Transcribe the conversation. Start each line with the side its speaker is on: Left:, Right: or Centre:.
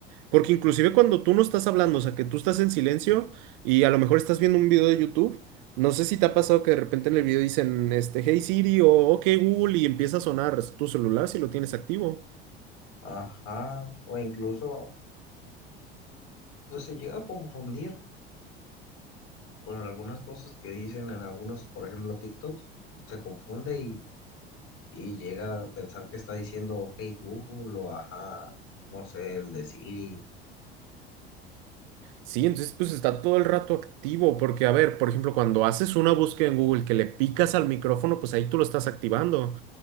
Right: Porque inclusive cuando tú no estás hablando, o sea, que tú estás en silencio y a lo mejor estás viendo un video de YouTube, no sé si te ha pasado que de repente en el video dicen, este, Hey Siri o OK Google y empieza a sonar tu celular si lo tienes activo.
Left: ajá, o incluso, pues se llega a confundir con algunas cosas que dicen en algunos, por ejemplo, TikToks, se confunde y Y llega a pensar que está diciendo, ok, Google o ajá, no sé, el de Siri.
Right: Sí, entonces pues está todo el rato activo, porque a ver, por ejemplo, cuando haces una búsqueda en Google que le picas al micrófono, pues ahí tú lo estás activando.